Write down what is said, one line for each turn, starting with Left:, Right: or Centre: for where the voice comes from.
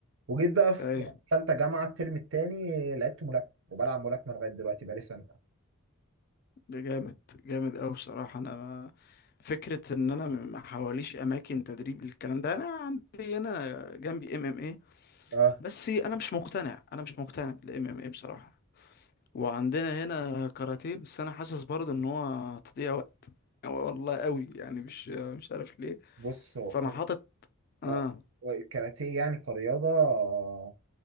Right: وجيت بقى في
Left: ايه
Right: ثالثه جامعه الترم الثاني لعبت ملاكمه وبلعب ملاكمه لغايه دلوقتي بقى لي سنه
Left: ده جامد جامد قوي بصراحة انا ما فكرة ان انا ما حواليش اماكن تدريب للكلام ده انا عندي هنا جنبي ام ام ايه
Right: اه
Left: بس انا مش مقتنع انا مش مقتنع بالام ام ايه بصراحة وعندنا هنا كاراتيه بس انا حاسس برضه ان هو تضييع وقت والله قوي يعني مش مش عارف ليه
Right: بص هو-
Left: فانا
Right: هو-
Left: حاطط اه
Right: اه هو الكاراتيه يعني كرياضه آه،